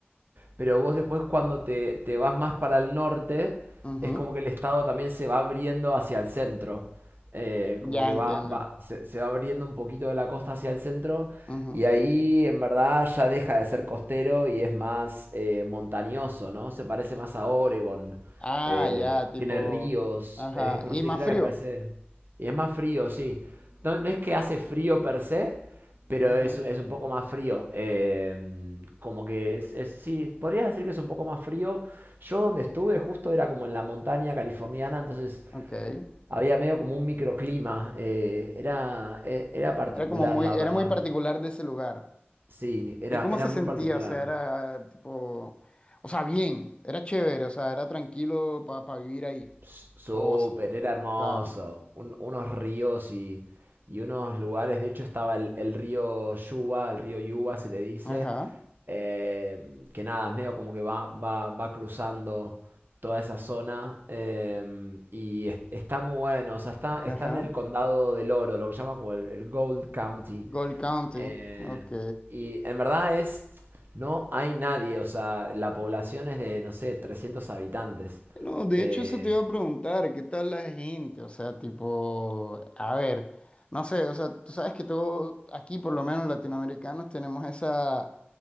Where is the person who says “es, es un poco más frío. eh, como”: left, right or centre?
Right